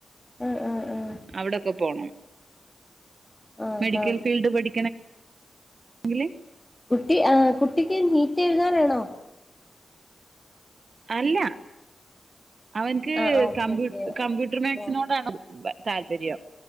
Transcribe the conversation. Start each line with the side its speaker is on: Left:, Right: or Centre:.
Left: ആഹ് ആഹ് ആഹ്
Right: അവടെക്കെ പോണം
Left: ആഹ്
Right: മെഡിക്കൽ
Left: ആഹ്
Right: ഫീൽഡ് പഠി ങ്കില്
Left: കുട്ടി ആഹ് കുട്ടിക്ക് നീറ്റെഴ്താനാണോ?
Right: അല്ല അവൻക്ക്
Left: ആഹ് ഓക്കെ
Right: കമ്പ്യൂ
Left: ഓക്കെ
Right: കമ്പ്യൂട്ടർ മാക്സിനോടാണ്
Left: ആഹ്
Right: ബ താല്പര്യം.